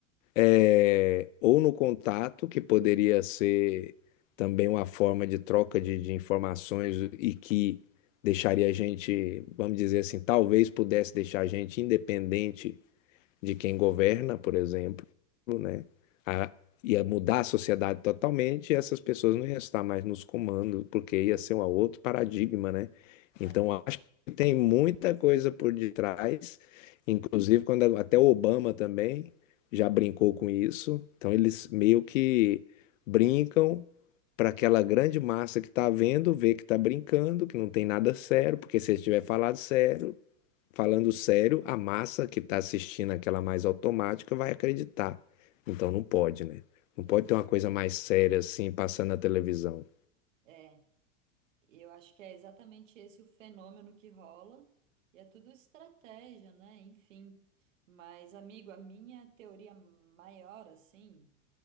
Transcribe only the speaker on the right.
É,
exatamente.
É, eu acho que é exatamente esse o fenômeno que rola, e é tudo estratégia, né? Enfim. Mas, amigo, a minha teoria maior, assim,